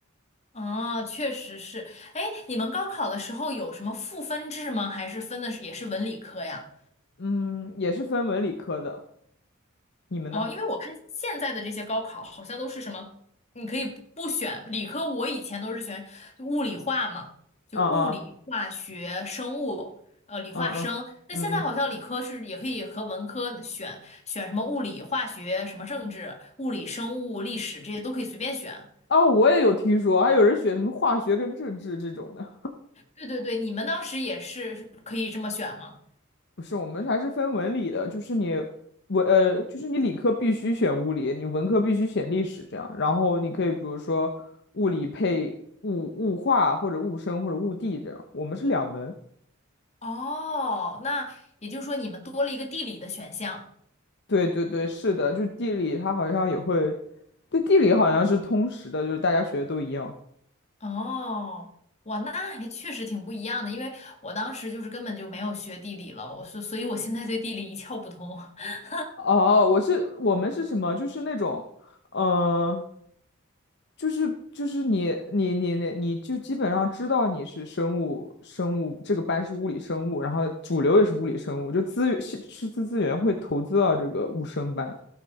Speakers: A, on the left (about 35°); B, on the left (about 55°).
A: 哦，确实是。哎，你们高考的时候有什么赋分制吗？还是分的是也是文理科呀？
B: <laughs> 嗯，也是分文理科的，你们呢？
A: 哦，因为我看现在的这些高考好像都是什么，你可以不不选理科，我以前都是选就物理化嘛，就物理、
B: 嗯嗯
A: 化学、生物，呃，理化生。
B: 嗯嗯嗯嗯。
A: 那现在好像理科是也可以和文科选选什么物理、化学、什么政治、物理、生物、历史这些都可以随便选。
B: 哦，我也有听说，还有人选什么化学跟政治这种的。
A: 对对对，你们当时也是可以这么选吗？
B: 不是，我们还是分文理的，就是你文呃，就是你理科必须选物理，你文科必须选历史，这样。然后你可以比如说物理配物物化或者物生或者物地这样。我们是两门。
A: 哦，那也就是说你们多了一个地理的选项。
B: 对对对，是的，就地理它好像也会，对地理好像是通识的，就是大家学的都一样。
A: 哦，哇，那还确实挺不一样的，因为我当时就是根本就没有学地理了，我所所以我现在对地理一窍不通。<laughs>
B: 哦，我是我们是什么？就是那种，嗯、就是就是你你你你你就基本上知道你是生物生物这个班是物理生物，然后主流也是物理生物，就资源是师资资源会投资到这个物生班。